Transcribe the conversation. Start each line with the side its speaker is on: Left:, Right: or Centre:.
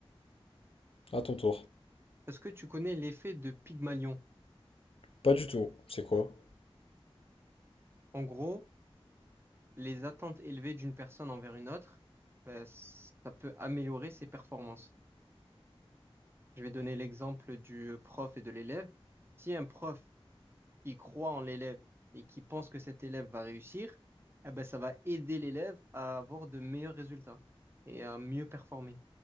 Left: À ton tour.
Right: Est-ce que tu connais l'effet de Pygmalion?
Left: Pas du tout. C'est quoi?
Right: En gros, les attentes élevées d'une personne envers une autre, bah, ça peut améliorer ses performances. Je vais donner l'exemple du prof et de l'élève. Si un prof, qui croit en l'élève et qui pense que cet élève va réussir, eh ben, ça va aider l'élève à avoir de meilleurs résultats et à mieux performer.